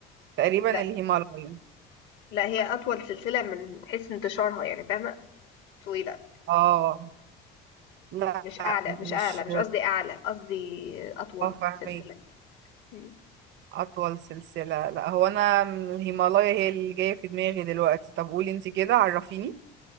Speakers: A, on the right; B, on the left.
A: تقريبا
B: لا
A: الهيمالايا
B: لا هي اطول سلسلة من حيث انتشارها يعني فاهمة طويلة
A: اه لا
B: مش اعلى مش
A: مش
B: اعلى مش قصدي اعلى قصدي اطول
A: اه فاهمك
B: سلسلة مم.
A: أطول سلسلة لا هو أنا من الهيمالايا هي اللي جاية في دماغي دلوقتي طب قولي انتي كده عرفيني